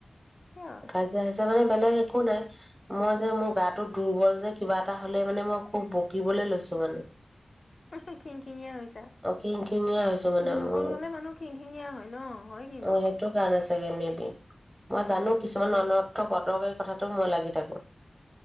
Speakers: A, on the left; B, on the right.
A: কিয়
B: কাজিয়া হৈছে মানে বেলেগ একো নাই মই যে মোৰ গাটো দুৰ্বল যে কিবা এটা হলে মানে মই খুব বকিবলে লৈছো মানে
A: উ <unintelligible> খিংখিঙীয়া হৈছা
B: অ খিংখিঙীয়া হৈছো মানে
A: দুৰ্বল
B: মোৰ
A: হলে মানুহ খিংখিঙীয়া হয় ন হয় কিন্তু
B: অ সেইটো <unintelligible> মই জানো কিছুমান অনৰ্থক অদৰকাৰী কথাটো মই লাগি থাকো